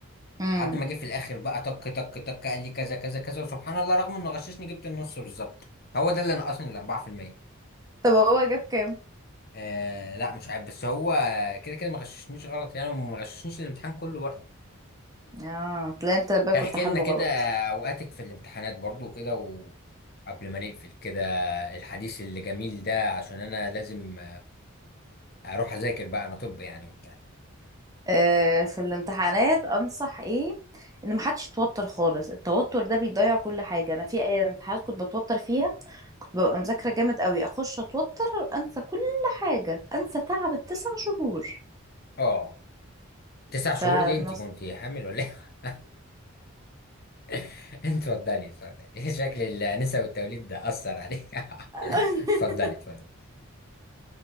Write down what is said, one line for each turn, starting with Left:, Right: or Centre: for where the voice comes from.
Right: امم
Left: لحد ما جه في الاخر بقى تك تك تك قال لي كذا كذا كذا وسبحان الله رغم انه غششني جبت النص بالظبط هو ده اللي نقصني ال 4%
Right: طب هو جاب كام
Left: آه لا مش عارف بس هو كده كده ما غششنيش غلط يعني وما غششنيش الامتحان كله برضه
Right: اه تلاقي انت بقى
Left: احكي
Right: كنت حله
Left: لنا كده
Right: غلط
Left: اوقاتك في الامتحانات برضه وكده وقبل ما نقفل كده الحديث اللي جميل ده عشان انا لازم اروح اذاكر بقى انا طب يعني وبتاع
Right: آه، في الامتحانات انصح ايه ان محدش يتوتر خالص التوتر ده بيضيع كل حاجه انا في آه، امتحانات كنت بتوتر فيها كنت ببقى مذاكره جامد قوي اخش اتوتر انسى كل حاجه انسى تعب التسع شهور
Left: اه تسع
Right: فنص
Left: شهور ليه انت كنت حامل ولا ايه <laughs> <laughs> اتفضلي اتفضلي <laughs> شكل الأنسة والتوليد ده أثر عليك
Right: <laughs>
Left: <laughs> اتفضلي اتفضلي